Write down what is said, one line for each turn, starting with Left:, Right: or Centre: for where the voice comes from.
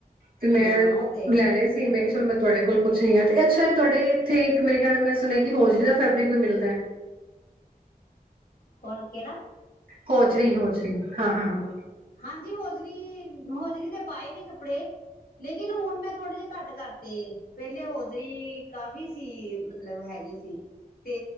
Right: ਤੇ ਮੈਂ
Left: ਹਾਂ ਉਹ ਤੇ
Right: ਲੈ ਰਹਾ ਸੀ
Left: ਉਹ
Right: ਮੈਂ ਕਿਹਾ
Left: ਤੇ
Right: ਚਲੋ ਮੈਂ ਤੁਹਾਡੇ ਕੋਲ ਕੁਛ ਨਹੀਂ ਹੈ ਤੇ ਅੱਛਾ ਇਹ ਤੁਹਾਡੇ ਇੱਥੇ ਇੱਕ ਮੇਰੇ ਖਿਆ ਮੈਂ ਸੁਣਿਆ ਕਿ ਹੋਜਲੀ ਦਾ ਫੈਬਰਿਕ ਵੀ ਮਿਲਦਾ ਹੈ
Left: ਕੋਣ ਕਿਹੜਾ
Right: ਹੋਜਰੀ ਹੋਜਰੀ ਹਾਂ ਹਾਂ ਹਾਂ
Left: ਹਾਂਜੀ ਹਜਰੀ ਹੌਜਰੀ ਤੇ ਪਾਏ ਨੇ ਕੱਪੜੇ ਲੇਕਿਨ ਹੁਣ ਮੈਂ ਥੋੜੇ ਜਿਹੇ ਘੱਟ ਕਰਤੇ ਪਹਿਲੇ ਹੌਜ਼ਰੀ ਕਾਫ਼ੀ ਸੀ ਮਤਲਬ ਹੈਗੇ ਸੀ ਤੇ